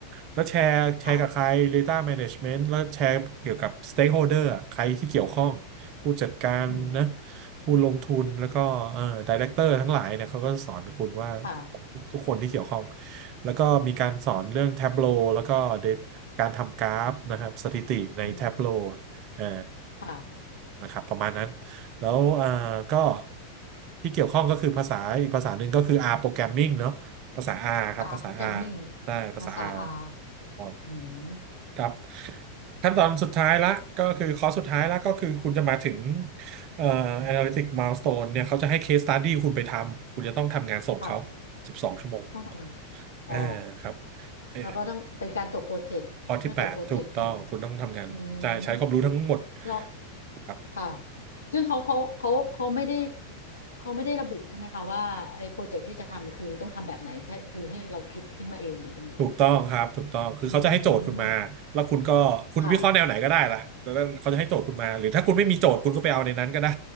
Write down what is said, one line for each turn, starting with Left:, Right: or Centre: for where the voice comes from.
Right: แล้วแชร์แชร์กับใคร
Left: ค่ะ
Right: Data Management แล้วแชร์เกี่ยวกับ Stakeholder
Left: อืม
Right: อะใครที่เกี่ยวข้องผู้จัดการนะ
Left: อืม
Right: ผู้ลงทุนแล้วก็เอ่อ Director ทั้งหลายเนี่ยเขาก็สอนคุณว่า
Left: ค่ะ
Right: ทุกคนที่เกี่ยวข้องแล้วก็มีการสอนเรื่อง
Left: อืม
Right: Tableau แล้วก็ Dat- การทำกราฟนะครับสถิติใน
Left: อืม
Right: Tableau เอ่อ
Left: ค่ะ
Right: นะครับประมาณนั้นแล้วเอ่อก็
Left: อืม
Right: ที่เกี่ยวข้องก็คือภาษาอีกภาษาหนึ่งก็คือ R programming เนาะภาษา R ครับภาษา
Left: R programming
Right: R ได้ภาษา
Left: ภาษา
Right: R
Left: R
Right: อ๋อ
Left: อืม
Right: ครับขั้นตอนสุดท้ายละก็คือคอร์สสุดท้ายละก็คือคุณจะมาถึงเอ่อ analytic milestone เนี่ยเขาจะให้ case study คุณไปทำคุณจะต้องทำงานส่งเขา
Left: ค่ะ
Right: 12ชั่วโมง
Left: ต้องทำงานอ๋อ
Right: เออครับเออ
Left: แล้วก็ต้องเป็นการจบโปรเจกต์เพื่อจบโปรเจกต์ใช่ไหมคะ
Right: ข้อที่8ถูกต้องคุณต้องทำงานใช่ใช้ความรู้ทั้งหมด
Left: อืมเรา
Right: ครับ
Left: ค่ะซึ่งเขาเขาเขาเขาไม่ได้เขาไม่ได้ระบุใช่ไหมคะว่าไอ้โปรเจกต์ที่จะทำเนี่ยคือต้องทำแบบไหนแค่คือให้เราคิดขึ้นมาเองหรือยังไงเอ่ย
Right: ถูกต้องครับถูกต้องคือเขาจะให้โจทย์คุณมาแล้วคุณก็คุณวิเคราะห์แนวไหนก็ได้ละแล้วเขาจะให้โจทย์คุณมาหรือถ้าคุณไม่มีโจทย์คุณก็ไปเอาในนั้นก็ได้
Left: อืมค่ะอม